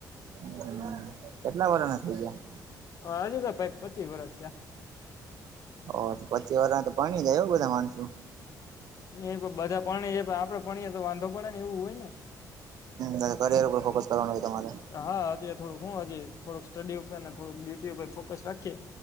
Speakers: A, on the right; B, on the left.
A: હમ કેટલા વડાના થઇ ગયા
B: હ હજુ તો ભાઈ પચી વર્ષ છેયા
A: ઓ પચી વાર તો પણણી જાય એવું બધા માણસો
B: એ બધા પણણે આપડે પણણીએ તો વાંધો પડે ને એવું હોય ને
A: હ કરર ઉપર ફોકસ કરવાનું હોય તમારે
B: હા અત થોડુંક હું હજી થોડુંક સ્ટડી ઉપર ને થોડક ડ્યુટી ઉપર ફોકસ રાખીએ